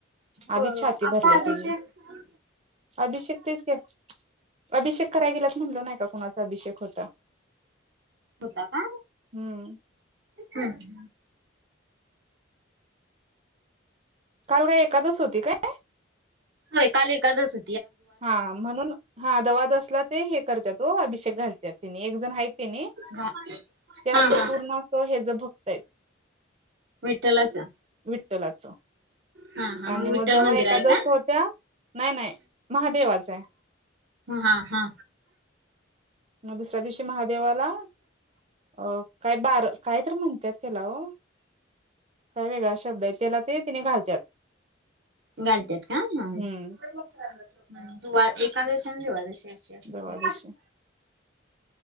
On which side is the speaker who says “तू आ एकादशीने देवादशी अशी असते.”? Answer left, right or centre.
Right